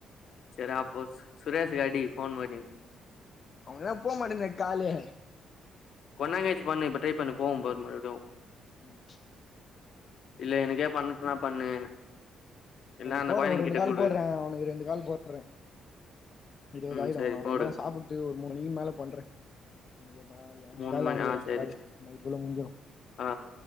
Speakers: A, on the left; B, on the left.
A: சரி அப்போ சு சுரேஷ்க்கு அடி ஃபோன் போட்டு
B: அவனுகுதா போமாட்டேங்குதே காலே
A: கொன்னாங்கயச்சி பண்ணு இப்ப ட்ரை பண்ண போம் பாரு மறுபடியு
B: ம்
A: இல்ல எனக்கே பண்ணதுன பண்ணு இல்ல
B: உனகு
A: அந்த
B: போடறே
A: கொழந்தைங்க
B: ஒரு ரெண்டு
A: கிட்ட
B: கால்
A: குடு
B: போடறே உனக்கு ரெண்டு கால் போ பண்றே இருவது
A: ம்
B: ஆயிடு
A: சரி
B: அப்புறமா
A: போடு
B: சாப்பிட்டு ஒரு மூணு மணி மேல பண்றே ஒனக்கு ஒரு நாலு அஞ்சு
A: மூணு
B: காலு
A: மணி
B: அவனுக்கு
A: ஆ
B: ஒரு அஞ்சு
A: சரி
B: காலு நைட்டுக்குளே முடிஞ்சிரும்
A: ஆ